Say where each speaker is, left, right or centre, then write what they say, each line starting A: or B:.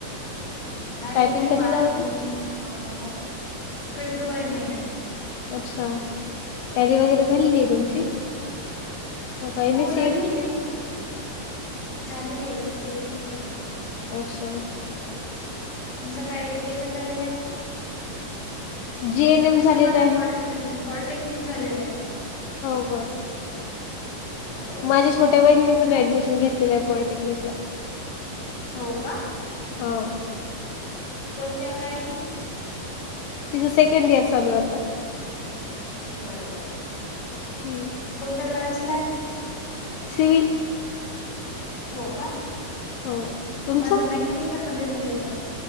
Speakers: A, on the left (about 45°); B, on the left (about 75°).
A: नाही
B: टायपिंग
A: मी
B: कधी
A: मार
B: लावली
A: न. अ. हो, फेब्रुवारी महिन्यात.
B: अच्छा, टँली वगैरे झालेली आहे तुमची?
A: हो.
B: हो का, एमएससीआयटी?
A: झालेली आहे झालेली आहे, एमसीआयटी पण झालेली आहे,
B: अच्छा
A: हो. तुमचं काय एज्युकेशन झालेलं आहे?
B: जी
A: एज्युकेशन
B: एन एम झालेलं
A: माझं
B: आहे
A: प- पॉलिटेक्निक झालेलं आहे.
B: हो का?
A: हो
B: माझ्या छोट्या बहीनीनी
A: तुमचं?
B: पण ऍडमिशन घेतलेलं आहे, पॉलिटेक्निकला.
A: हो का?
B: हो.
A: कोणत्यालाय ती?
B: तिचं सेकंड इयर चालू आहे आता.
A: बरं. बर.
B: हं.
A: कोणत्या ब्रांच ला आहे?
B: सिवल.
A: हो का
B: हो तुमचं?
A: माझं मॅकॅनिकल मध्ये झालेलं आहे.